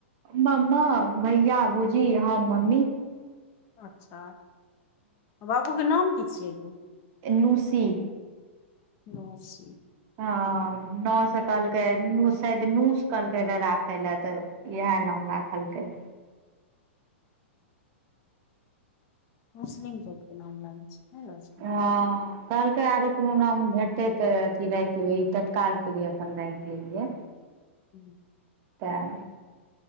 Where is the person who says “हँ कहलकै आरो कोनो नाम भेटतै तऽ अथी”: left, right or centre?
Right